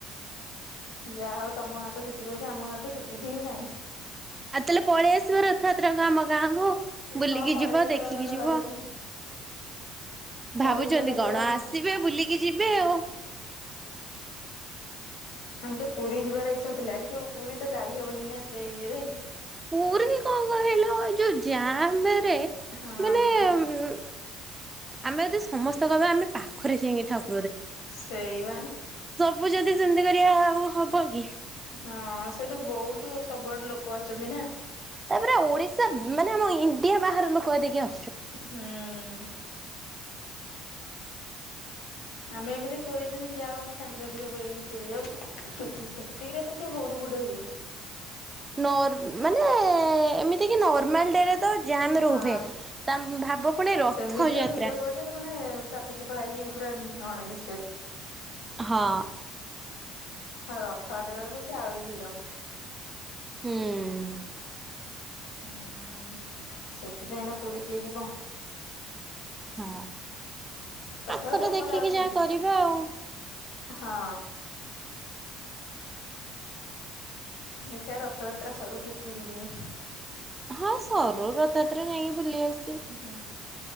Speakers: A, on the left (about 80°); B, on the right (about 20°).
A: ଯାହା ହଉ ତମ ଗାଁ ତ ସେତିକି ହଉଛି ଆମ ଗାଁ ତ ସେତିକି ହିଁ ନାଇଁ
B: <inaudible> <unintelligible> ଆସିବ ରଥଯାତ୍ରାକୁ ଆମ ଗାଁକୁ ବୁଲିକି
A: ହଁ ପଳେଇବି
B: ଯିବ
A: ଏଥର
B: ଦେଖିକି
A: ନହେଲେ
B: ଯିବ।
A: ଭାବିଛି। ପଳେଇବି
B: ଭାବୁଛନ୍ତି
A: ନହେଲେ ଏଥର
B: କଣ
A: ହୁଁ।
B: ଆସିବେ ବୁଲିକି ଯିବେ ଆଉ।
A: ଆମେ ଟେ ପୁରୀ ଯିବାର ଇଚ୍ଛା ଥିଲା କିନ୍ତୁ ପୁରୀ ତ ଯାଇ ହବନି ନା ଏତେ ଇଏରେ
B: ପୁରୀ କଣ କହିଲା ଯୋଉ ଜାମରେ
A: ହଁ
B: ମାନେ ଉ ଆମେ ଯଦି ସମସ୍ତେ କହିବା ଆମେ ପାଖରେ ଯାଇକି ଠାକୁ
A: ସେଇବା।
B: ସବୁ ଯଦି ସେମିତି କରିବା ଆଉ ହବ କି
A: ହଁ ସେଠୁ ବହୁତ ସବୁଆଡୁ ଲୋକ ଆସୁଛନ୍ତି ନା
B: ତାପରେ ଓଡିଶା ମାନେ ଆମ ଇଣ୍ଡିଆ ବାହାର ଲୋକ ହେ ଦେଖି ଆ
A: ହୁଁ। ଆମେ ଏମିତି ପୁରୀ ସେ ଯାଉ ଆମେ ସାଙ୍ଗସାଥି ସବୁ ହେଇକି ପୁରୀ ଯାଉ ସେତିକିରେ ତ ସେ ବହୁତ <inaudible>
B: ନର ମାନେ ଏମିତି କି ନମାଲ ଡେ ଯାମ ରୁହେ
A: ହଁ।
B: ତା ପୁଣି ରଥଯାତ୍ରା।
A: ସେମିତି ତ ଭିଡ ହୁଏଯେ ସେମାନେ ଚାପିଚିପାଇକି ପୁରା ଅଣନି
B: ହଁ।
A: ହଉ ରଥଯାତ୍ରା ତ ତ ସେ ଆହୁରି ଭିଡ
B: ହୁଁ।
A: ହୁଁ ସେଥିପାଇଁନା ପୁରୀ କେ ଯିବ
B: ହଁ
A: ତଥାପି
B: ପାଖରେ
A: ଲୋକ
B: ଦେଖିକି
A: ଯାଉଛନ୍ତି।
B: ଯାହା କରିବା ଆଉ
A: ହଁ। ଦେଖିିବା ରଥଯାତ୍ରା ସରୁ ଟିକେ ପୁରୀ ଜିମୁଁ
B: ହଁ ସରୁ ରଥଯାତ୍ରା ଯାଇକି ବୁଲି ଆସ
A: ହୁଁ